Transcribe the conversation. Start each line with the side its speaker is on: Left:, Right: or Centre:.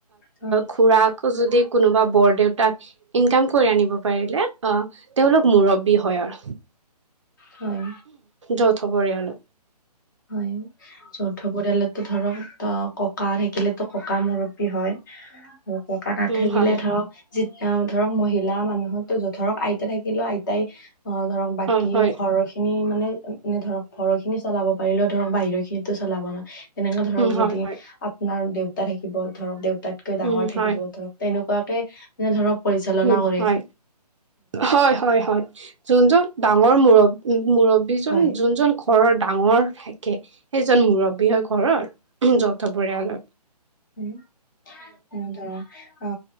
Left: হয়।
Right: খুৰাক যদি কোনোবা বৰ দেউতাক ইনকাম কৰি আনিব পাৰিলে অ তেওঁলোক মুৰব্বী হয় অ
Left: হয়,
Right: যৌথ পৰিয়াল
Left: হয় যৌথ পৰিয়ালত টো ধৰক অ ককা থাকিলেতো ককা মুৰ্বী হয় ককা নাথাকিলে
Right: উম, হয়,
Left: ধৰক যি ধৰক মহিলা মানুহতো ধৰক আইতা থাকিলেও আইতাই অ ধৰক বাকী
Right: হয়, হয়,
Left: ঘৰৰ খিনি মানে ধৰক ঘৰ খিনি চলাব পাৰিলেও ধৰক বাহিৰৰ খিনিতো চলাব ন তেনেকে ধৰক
Right: উম,
Left: যদি
Right: হয়, হয়,
Left: আপোনাৰ দেউ দেউতা থাকিব ধৰক দেউতাতকৈ ডাঙৰ
Right: উম,
Left: থাকিব
Right: হয়,
Left: ধৰক তেনেকুৱাকে মানে ধৰক পৰিচালনা
Right: উম
Left: কৰে
Right: হয় হয় হয় হয় যোনজন ডাঙৰ মুৰব্ উম মুৰব্বীজন
Left: হয়
Right: যোনজন ঘৰৰ ডাঙৰ থাকে সেইজন মুৰব্বী হয় ঘৰৰ যৌথ পৰিয়াল
Left: উম উম ধৰক অ